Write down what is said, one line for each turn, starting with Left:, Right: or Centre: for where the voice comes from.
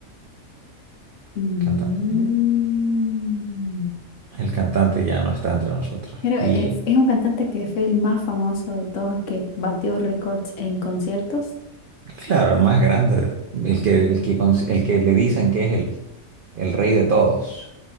Left: Mm.
Right: Canta- eh, el cantante ya no está entre nosotros.
Left: Creo
Right: Y
Left: es, es un cantante que fue el más famoso de todos, que batió récords en conciertos,
Right: claro, el más grande, de- el que, el que, cons- el que le dicen que es el, el rey de todos.